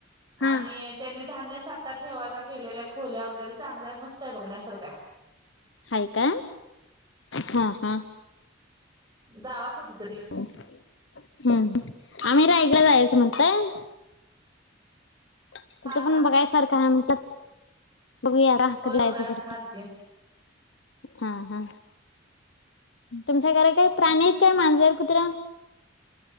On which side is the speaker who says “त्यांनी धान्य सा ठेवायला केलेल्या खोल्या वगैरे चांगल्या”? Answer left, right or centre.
Right